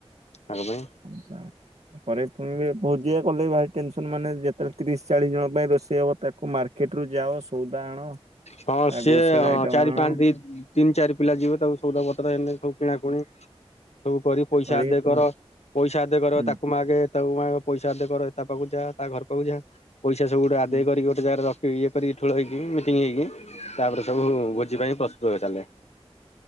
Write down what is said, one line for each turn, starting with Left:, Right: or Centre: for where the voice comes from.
Left: ତାଙ୍କ ପାଇଁ
Right: ହୁଁ ପରେ ପୁଣି ବି ପୁ ଯେ କଲେ ଭାଇ ଟେନ୍ସନ୍ ମାନେ ଯେତେବେଳେ ତିରିଶ୍ ଚାଳିଶ ଜଣ ପାଇଁ ରୋଷେଇ ହବ ତାକୁ ମାର୍କେଟ ରୁ ଯାଅ ସଉଦା ଆଣ।
Left: ହଁ
Right: ତା
Left: ସିଏ
Right: ଗ୍ରୋସରୀ
Left: ହଁ
Right: ଆଇଟମ
Left: ଚାରି ପାଞ୍ଚ
Right: ଆଣ
Left: ଦି ତିନି ଚାରି ପିଲା ଯିବେ ତାକୁ ସଉଦାପତ୍ର ହେନ ଦେନ ସବୁ କିଣାକୁଣି ସବୁ କରି ପଇସା
Right: କରିକି
Left: ଆଦେ
Right: ପୁଣି
Left: କର ପଇସା ଆଦେ କର
Right: ହୁଁ
Left: ତାକୁ ମାଗେ। ତାକୁ ମାଗେ ପଇସା ଆଦାୟ କର ତା ପାଖକୁ ଯା ତା ଘର ପାଖକୁ ଯା ପଇସା ସବୁ ଗୋଟେ ଆଦାୟ
Right: ହୁଁ।
Left: କରିିକି ଗୋଟେ ଜାଗାରେ ରଖି ଇଏ କରିକି ଠୁଳ ହେଇକି ମିଟିଙ୍ଗ ହେଇକି ତାପରେ ସବୁ ଭୋଜି ପାଇଁ ପ୍ରସ୍ତୁତ ହୋଇଚାଲେ।